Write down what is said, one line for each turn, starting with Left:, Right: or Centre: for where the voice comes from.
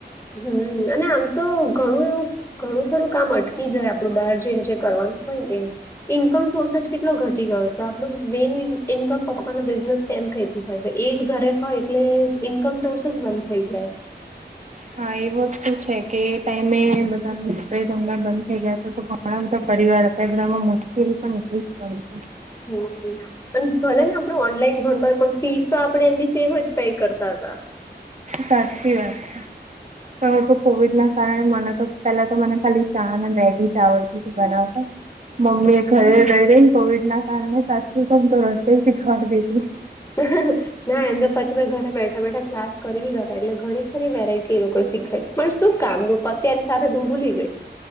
Left: હમ્મ અને આમ તો ઘણું એવું ઘણું ખરું કામ અટકી જાય આપણું બહાર જઈને જે કરવાનું હોય ને એ ઇન્કમ સોર્સ જ કેટલો ઘટી ગયો છે આપણું મેઈન ઇન્કમ પપ્પાનો બિઝનેસ કેમ કતી હોય એજ ઘરે હોય એટલે ઈન્કમ સોર્સ જ બમ થઈ જાય.
Right: હા એ વસ્તુ છે કે એ ટાઈમે બધા <unintelligible> થઈ ગાય તો ઘણા બધા પરિવાર હતા એ બધામાં મુશ્કેલી પણ એટલી જ પડી
Left: હમ અને ભલે ને આપડ ઓનલાઈન ભણતા હોય પણ. ફીસ તો આપણે એમની સેમ જ પે કરતા હતા.
Right: સાચી વાત છે પણ હું તો કોવિડ ના કારણે મને તો પેલા તો મને. ખાલી ચા અને મેગી ચાવર સુધી બનાવતા મમ્મી એ ઘરે રહી રઈ ને કોવિડ ના. <unintelligible> રસોઈ શીખવાડી દીધી.
Left: <inaudible> ના એમ તો પછી મેં ઘરે બેઠા બેઠા ક્લાસ કરી લીધા એટલે ઘણી ખરી વેરાયટી એ લોકો શીખય પણ શું કામું પત્યાની સાથે તું ભૂલી ગઈ.